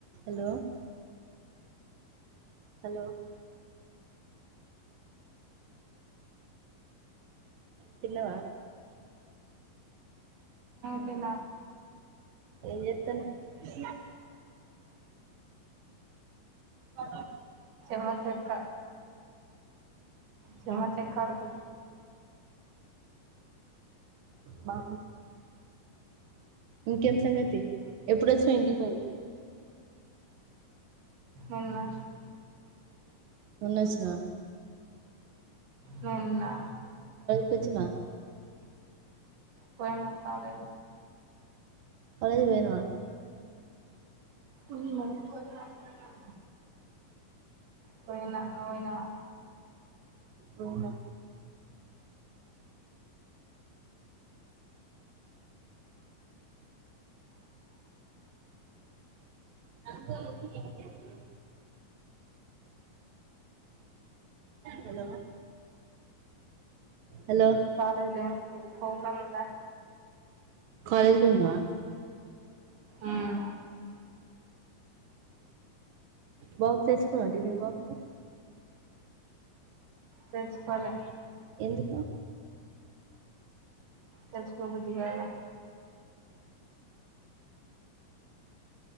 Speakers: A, on the right; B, on the right.
A: hello hello తిన్నవా
B: తిన్న
A: ఏం చెత్తన్నావ్ ఆ
B: చెమ్మచక్క చెమచక్కడుగు
A: బా ముక్యం సంగతి ఎప్పుడు వచ్చిన ఏంటి ఫైవ్
B: ఎన్నా
A: మొన్న వచ్చినవా
B: నిన్న
A: పచ్చమ
B: పోయిన కాల
A: పలది వనువా
B: ఉందా పోయింది అనుకున్నాన్ పోయినా నువోయినవ
A: పోయినా రంగోలికి ఏం లేదు హలో హలో
B: ఓ కాలేజ్ ల్యా కుంకుము ఉందా
A: కాలేజ్ లో ఉన్నావా
B: ఉమ్
A: అవున్ బాక్స్ తెచ్చుకున్నావ టిఫెన్ బాక్స్
B: తెలుసుకోవాలి
A: ఎందుకు
B: తెచ్చుకోబుద్ధి కాలే